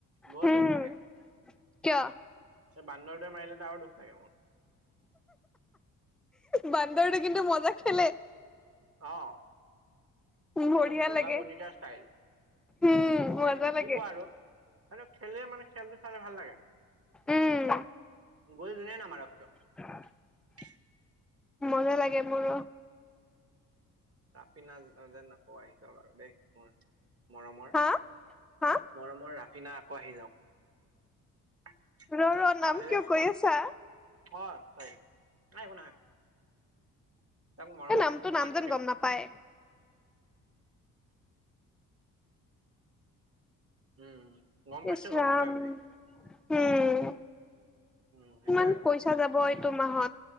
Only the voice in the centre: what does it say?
হম
কিয়
বান্দৰটো কিন্তু মজা খেলে।
বঢ়িয়া
লাগে
উম মজা
লাগে
উম
<inaudible>
মজা লাগে মোৰো।
হা হা
ৰ ৰ নাম
কিয়
কৈ আছা
এ নামটো
নাম
যেন
গম নাপায়।
ইচ,
ৰাম-উম।
ইমান
পইচা যাব, এইটো মাহত